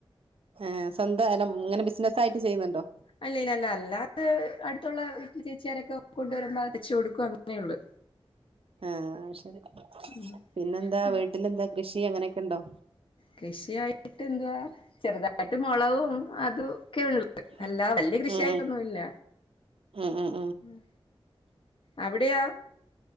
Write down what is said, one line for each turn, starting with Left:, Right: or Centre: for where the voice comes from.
Right: ഏഹ് സ്വന്തം അല്ല ഇങ്ങനെ ബിസിനസ്സ് ആയിട്ട് ചെയ്യ്ന്നിണ്ടോ?
Left: അല്ല ഇല്ല അല്ല അല്ലാതെ അടുത്തുള്ള വീട്ടിൽ ചേച്ചിയാരൊക്കെ കൊണ്ടുവരുമ്പോ അടിച്ച് കൊടുക്കും അങ്ങനെയുള്ളു.
Right: ആഹ് അഹ് ശെരി
Left: ഉം
Right: പിന്നെന്താ
Left: ആ,
Right: വീട്ടിലെന്താ കൃഷി അങ്ങനെക്കെണ്ടോ?
Left: കൃഷിയായിട്ട് എന്തുവാ ചെറുതായിട്ട് മൊളകും അതു ക്കെയുള്ളത്
Right: ഉം
Left: അല്ലാ വല്യ കൃഷിയായിട്ടൊന്നുല്ല.
Right: ഉം ഉം ഉം.
Left: ഉം അവിടെയാ?